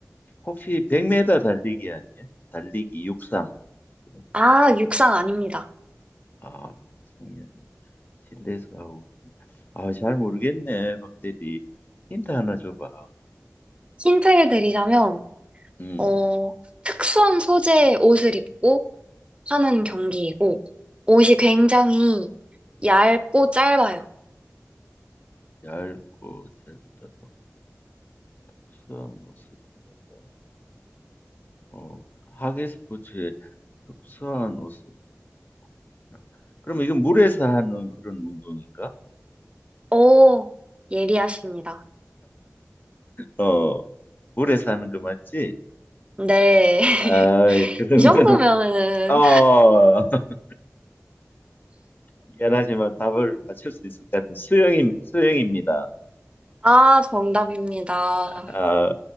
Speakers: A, on the left; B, on the right.
A: 혹시 100m 달리기 아니야? 달리기 육상. 그런 거.
B: 아, 육상 아닙니다.
A: 아, 육상이 아니 실내에서 하고 그런. 아, 잘 모르겠네, 박대리. 힌트 하나 줘봐.
B: 힌트를 드리자면,
A: 음,
B: 어, 특수한 소재의 옷을 입고 하는 경기이고, 옷이 굉장히 얇고 짧아요.
A: 얇고 짧다. 특수한 옷을 입는다. 어, 하계 스포츠에 특수한 옷을 입고. 그럼 이건 물에서 하는 그런 운동인가?
B: 오, 예리하십니다.
A: 어, 물에서 하는 거 맞지?
B: 네.
A: 아,
B: <laughs>
A: 그러면은
B: 이 정도면은,
A: 어, <laughs> 미안하지만 답을 맞출 수 있을 것 같은 수영임 수영입니다.
B: 아, 정답입니다.
A: 아,